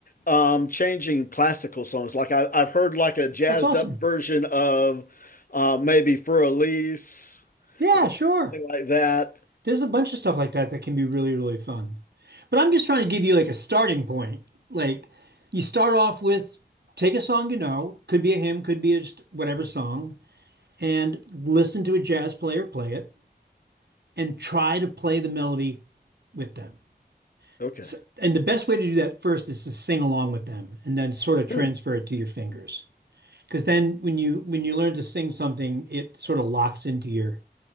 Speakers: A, on the left; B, on the right.
A: um, changing classical songs? Like I, I've heard like a jazzed
B: that's awesome.
A: up version of uh, maybe For Elise
B: Yeah,
A: or
B: sure.
A: something like that.
B: There's a bunch of stuff like that that can be really, really fun. But I'm just trying to give you like a starting point. Like you start off with take a song you know, could be a hymn, could be a just whatever song, and listen to a jazz player play it and try to play the melody with them.
A: Okay.
B: So, and the best way to do that first is to sing along with them and then sort of transfer
A: Hmm.
B: it to your fingers. Because then when you when you learn to sing something, it sort of locks into your